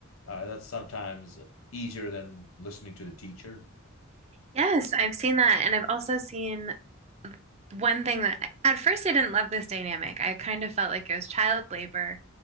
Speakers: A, on the left; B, on the right.
A: Uh, that's sometimes easier than listening to the teacher.
B: Yes, I've seen that. And I've also seen one thing that at first I didn't love this dynamic. I kind of felt like it was child labor.